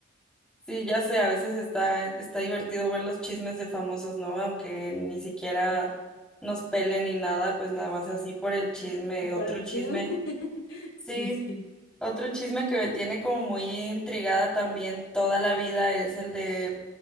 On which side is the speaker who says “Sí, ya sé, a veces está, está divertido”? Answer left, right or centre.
Centre